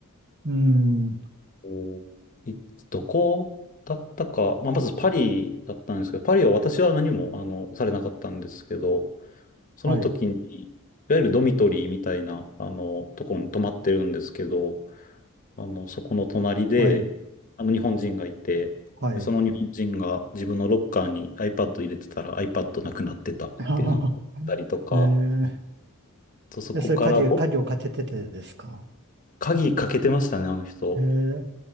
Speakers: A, on the right; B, on the left.
A: うん。
B: おいどこだったか、まあ、まずパリだったんですけど、パリは私は何も、あの、されなかったんですけど、その時に、
A: はい。
B: いわゆるドミトリーみたいな、あの、とこに泊まってるんですけど、あの、そこの隣で、
A: はい。
B: あの、日本人がいて、
A: はい。
B: でその日本人が自分のロッカーに iPad 入れてたら iPad なくなってたってなんか言ったりとか、
A: <laughs> あーえ
B: とそこから、
A: ー、えそれ鍵、
B: お
A: 鍵をかけててですか
B: 鍵かけてましたね、あの人。
A: えー、